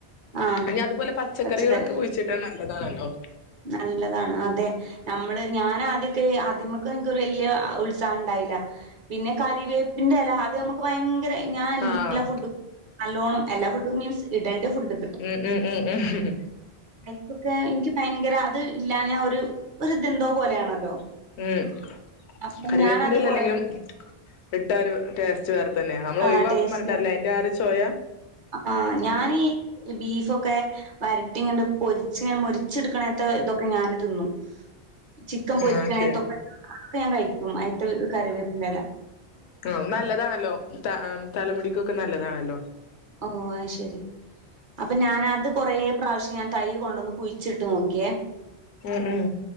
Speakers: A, on the right (about 55°); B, on the left (about 80°).
A: ആഹ്
B: ഇഞ്ഞി അതുപോലെ പച്ചക്കറികളൊക്കെ
A: പച്ചക്കറി
B: കുഴിച്ചിട്ടാ നല്ലതാണല്ലോ.
A: നല്ലതാണ് അതെ. നമ്മള് ഞാൻ ആദ്യൊക്കെ ആദ്യമക്കെ നിനക്ക് ഒരു വല്ല്യ ഉത്സാഹം ഉണ്ടായില്ല. പിന്നെ കരിവേപ്പിന്റെ ഇല അത് നമുക്ക് ഭയങ്കര ഞാൻ
B: ആഹ്
A: എല്ലാ ഫുഡും നല്ലോണ്ണം എല്ലാ ഫുഡും മീൻസ് ഇടേണ്ട ഫുഡ്
B: ഉം ഉം ഉം ഉം ഉ ഹും.
A: പ്പൊക്കെ എനിക്ക് ഭയങ്കര അത് ഇല്ലാഞ്ഞ ഒരു ഒരു ഇതെന്തോ പോലെയാണല്ലോ.
B: ഉം
A: അപ്പൊ
B: കറിവേപ്പിന്റെ
A: ഞാനത്
B: എല
A: കൊറേ
B: അല്ലെങ്കിലു ഇട്ട ഒരു ടേസ്റ്റ് വേറെ തന്നെ നമ്മള
A: ആഹ്
B: ഒിവാക്കും
A: ടേസ്റ്റ്
B: പറഞ്ഞട്ടാറില്ലേ അതിന്റെ ആര് ചോയ.
A: ആഹ് ഞാൻ ഈ ബീഫ് ഒക്കെ വരട്ടി ഇങ്ങണ്ട് പൊരിച്ച് ഇങ്ങനെ മൊരിച്ചെടുക്കണത്തെ ഇതൊക്കെ ഞാന് തിന്നു ചിക്കൻ
B: ഉം
A: പൊരിക്കണേത്തൊക്കെ
B: അത് ശരി
A: അതൊക്കെ ഞാൻ കഴിക്കും അയത്ത കറിവേപ്പന്റെ എല
B: ആ നല്ലതാണല്ലോ ത തലമുടിക്കൊക്കെ നല്ലതാണല്ലോ.
A: ഓ ആയ്ശരി. അപ്പൊ ഞാനത് കൊറേ പ്രാവശ്യം ഞാൻ തൈ കൊണ്ടൊന്ന് കുഴിച്ചിട്ട് നോക്കിയേ
B: ഉം ഉം